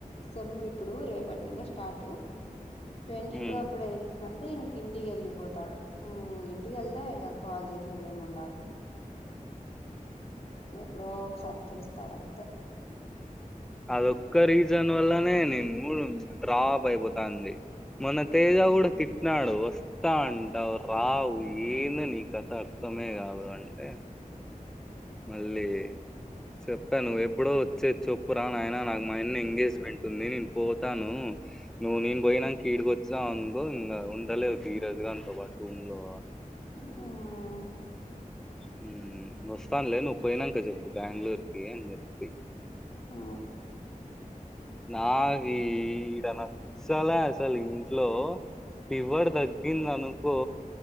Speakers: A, on the left (about 45°); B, in the centre.
A: సెమ్ మ్మ్ ఇప్పుడూ రేపటి నింగా స్టార్టు. ట్వంటీ
B: ఉమ్
A: టూ అప్పుడు అయితుందంట్ టే ఇంక ఇంటికెళ్ళిపోతాడు. ఊ ఇంటికెళ్తే ఇంగ కాల్ చేశ్ జేముండదు. ఎప్పుడో ఒకసారి చేస్తాడంతే.
B: అదొక్క రీజన్ వల్లనే నీ మూడు డ్రాప్ అయిపోతాంది. మొన్న తేజా
A: మ్మ్
B: గూడా తిట్టినాడు వస్త్ స్తాను అంటావు రావు ఏందో నీ కథ అర్థమే గాదు అంటే మళ్ళీ చెప్పా నువ్వు ఎప్పుడో వచ్చేద్ చెప్పురా నాయనా. నాకు మాయన్న ఎంగేజ్మెంట్ ఉంది నేను పోతానూ. నువ్వు నేను పోయినంక ఈడికి వచ్చినావనుకో ఇంగా ఉండలేవ్ ధీరజ్ గాన్తో పాటు రూమ్ లో
A: ఆ
B: ఊ వస్తాన్లే నువ్వు పోయినంక చెప్పు బేంగళూర్కి అని చెప్తి.
A: ఆ
B: నాకీ ఈడ నచ్చలే అసల్ ఇంట్లో. ఫీవర్ తగ్గిందనుకో